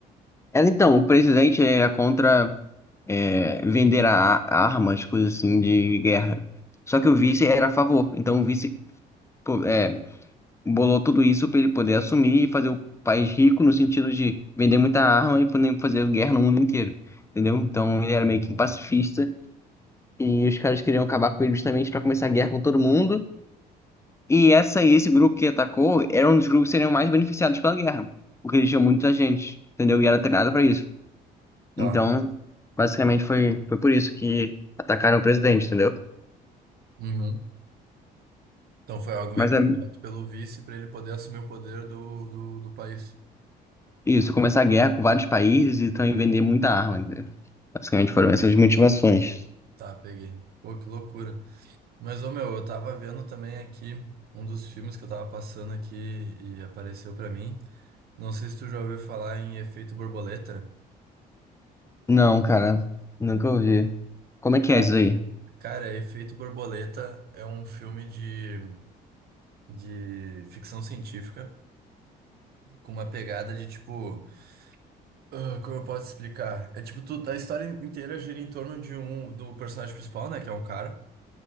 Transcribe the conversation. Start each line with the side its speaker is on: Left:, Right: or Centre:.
Left: Ela, então, o presidente é contra é, vender a- armas, coisas assim, de guerra. Só que o vice era a favor. Então o vice pô, é, bolou tudo isso para ele poder assumir e fazer o país rico no sentido de vender muita arma e poder fazer guerra no mundo inteiro. Entendeu? Então ele era
Right: Ah.
Left: meio que pacifista e os caras queriam acabar com ele justamente para começar a guerra com todo mundo. E essa e esse grupo que atacou era um dos grupos que seriam mais beneficiados pela guerra, porque eles tinham muita gente, entendeu? E era treinado para isso.
Right: Tá.
Left: Então, basicamente foi, foi por isso que atacaram o presidente, entendeu?
Right: Uhum. Então foi algo meio
Left: Mas
Right: planejado
Left: é
Right: pelo vice para ele poder assumir o poder do, do do país.
Left: isso, começar a guerra com vários países e também vender muita arma, entendeu? Basicamente foram essas motivações.
Right: Tá, peguei. Pô, que loucura. Mas, ô meu, eu tava vendo também aqui um dos filmes que eu tava passando aqui e apareceu pra mim. Não sei se tu já ouviu falar em Efeito Borboleta.
Left: Não, cara, nunca ouvi. Como é que
Right: Cara,
Left: é isso aí?
Right: cara, Efeito Borboleta é um filme de, de ficção científica com uma pegada de tipo. ah, como eu posso explicar? É tipo, tu, a história inteira gira em torno de um do personagem principal, né? Que é um cara.